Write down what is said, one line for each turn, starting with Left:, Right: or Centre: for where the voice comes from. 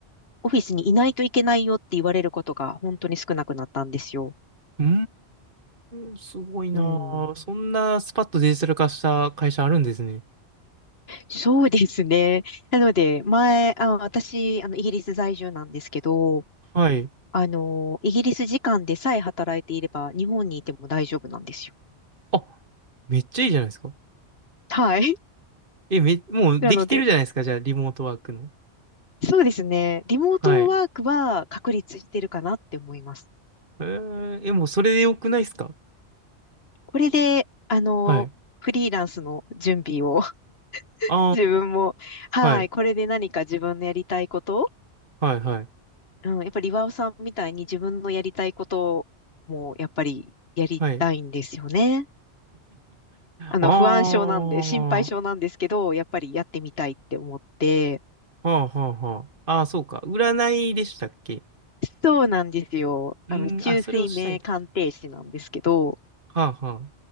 Left: オフィスにいないといけないよって言われることが本当に少なくなったんですよ。
Right: うーん、すごいなあ。
Left: うん、
Right: そんなスパッとデジタル化した会社あるんですね。
Left: そうですね。なので、前、あ、私、あの、イギリス在住なんですけど、
Right: はい。
Left: あの、イギリス時間でさえ働いていれば、日本にいても大丈夫なんですよ。
Right: あ、めっちゃいいじゃないですか。
Left: はい。
Right: え、め、もうできてるじゃないですか。
Left: なので、
Right: じゃあ、リモートワークの。
Left: そうですね。リモートワークは確立してるかなって思います。
Right: はい。えー、え、もうそれでよくないですか
Left: これで、あの、
Right: はい。
Left: フリーランスの準備を <laughs>
Right: あ
Left: 自分も、はい、
Right: あ、はい、
Left: これで何か自分のやりたいこと
Right: はい、はい、
Left: うん、やっぱり岩尾さんみたいに自分のやりたいこともやっぱりやりたいんですよね。
Right: はい。
Left: あの、
Right: <laughs> ああ、
Left: 不安症なんで、心配症なんですけど、
Right: は
Left: やっぱりやってみたいって思って、
Right: あ、はあ、はあ。ああ、そうか。占いでしたっけ
Left: そうなんですよ。
Right: うーん、
Left: あの、中水明鑑定士なんですけど、
Right: あ、それをしたい。はあ、は